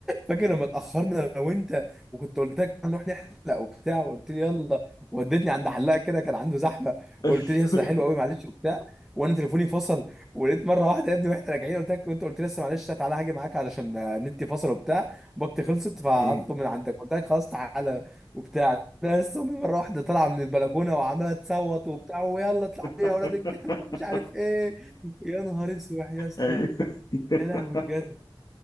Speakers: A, in the centre; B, on the left.
A: فاكر لما اتاخرنا انا وانت وكنت قلت لك نروح نحلق وبتاع وقلت لي يلا وديتني عند حلاق كده كان عنده زحمه
B: <laughs>
A: وقلت لي يا أستاذ ده حلو قوي معلش وبتاع وانا تليفوني فصل ولقيت مره واحده يا ابني واحنا راجعين قلت لك وانت قلت لي لسه معلش تعالى هاجي معاك علشان النت فصل وبتاع باقتي خلصت فهطلب
B: ايوه
A: من عندك قلت لك خلاص تعالى وبتاع انا لسه امي مره واحده طالعه من البلكونه وعماله تصوت وبتاع ويلا اطلعوا لي
B: <laughs>
A: يا اولاد الكلب ومش عارف ايه يا نهار اسود يا اسطى
B: ايوه <laughs>
A: يا لهوي بجد